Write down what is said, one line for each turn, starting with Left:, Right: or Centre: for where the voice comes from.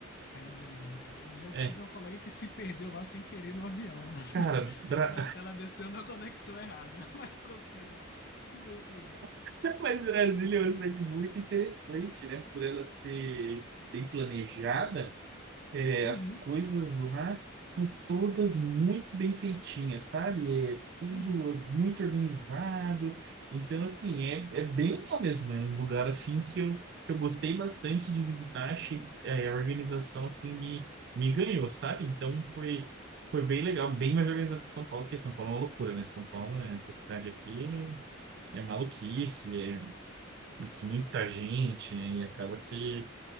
Left: Ainda não, não. Eu já
Right: É,
Left: tive uma colega que se perdeu lá sem querer no avião. Ela, <laughs>
Right: cara, Bra-
Left: ela, ela desceu na conexão errada. <laughs> Mas prossiga, prossiga.
Right: <laughs> Mas Brasília é uma cidade muito interessante, né? Por ela ser bem planejada, é,
Left: Uhum,
Right: as coisas lá são todas muito bem feitinhas, sabe? É tudo
Left: uhum.
Right: as- muito organizado. Então, assim, é, é bem legal mesmo. É um lugar, assim, que eu, que eu gostei bastante de visitar. Achei, é, a organização, assim, me, me ganhou, sabe? Então, foi, foi bem legal. Bem mais organizado que São Paulo, porque São Paulo é uma loucura, né? São Paulo, essa cidade aqui é maluquice, é putz, muita gente, né? E acaba que